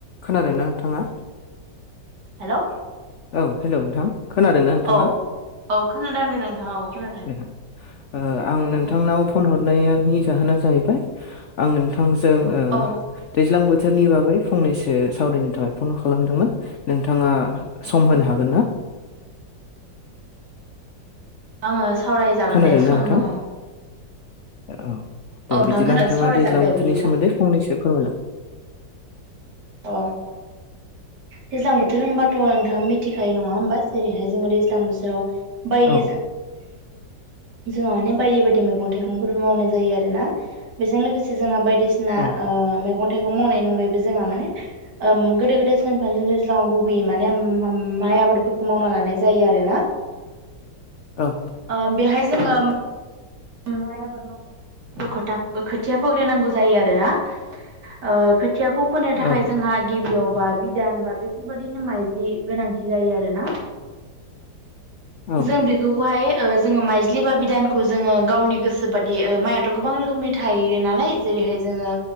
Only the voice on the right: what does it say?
हेलोव
औ औ खोनादों दे नोंथां औ। खोनादों
औ
औ
आङो सावरायजागोन
दे सम
दङ।
औ नोंथां
खोनादों
सावरायजागोन
दे
बिदिब्ला
अ दैज्लां बोथोर होमबाथ' नोंथाङा मिथिखायो नङा होमबा जेरैहाय जोङो दैज्लां बोथोराव बायदिजों
जोंहा माने बायदि बायदि मैगं थाइगंफोरबो मावनाय जायो आरो ना बेजों लोगोसे जोंहा बायदिसिना ना
ओ मैगं -थाइगं मावनाय अनगायैबो जोंहा माने ओम गोदो-गोदाय <unintelligible> दैज्लाङाव गुबैयै माने माइ आबादफोरखौ मावना लानाय जायो आरो ना।
ओ बेहाय जोङो माइआबाद माव खोथा खोथिया फोग्रोनांगौ जायो आरो ना ओ खोथियाखौ फोनो थाखाय
जोंहा गिबियाव बा बिदान बा बेफोरबायदिनो माइज्लि गोनांथि जायो आरोना।
जों बेखौफोरखौहाय ओ जोङो माइज्लि बा बिदानखौ जोङो गावनि गोसो बादि ओ माइथ' गोबां रोखोमनि थायो नालाय जेरैहाय जोङो